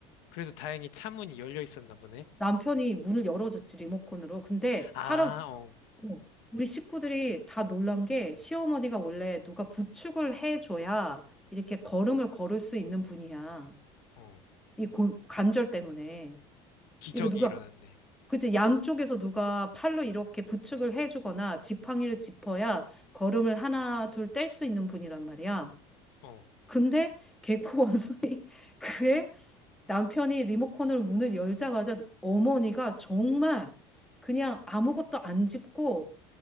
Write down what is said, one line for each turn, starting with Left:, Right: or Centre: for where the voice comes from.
Left: 그래도 다행히 차문이 열려 있었나 보네.
Centre: 남편이 문을 열어줬지, 리모컨으로. 근데
Left: 아,
Centre: 사람,
Left: 어,
Centre: 어, 우리 식구들이 다 놀란 게 시어머니가 원래 누가 부축을 해줘야 이렇게 걸음을 걸을 수 있는 분이야.
Left: 어.
Centre: 이 고- 관절 때문에.
Left: 기적이
Centre: 이거 누가,
Left: 일어났네.
Centre: 그치, 양쪽에서 누가 팔로 이렇게 부축을 해주거나 지팡이를 짚어야 걸음을 하나, 둘 뗄 수 있는 분이란 말이야.
Left: 어.
Centre: 근데 개코 원숭이, <laughs> 그의 남편이 리모컨으로 문을 열자마자 어머니가 정말 그냥 아무것도 안 짚고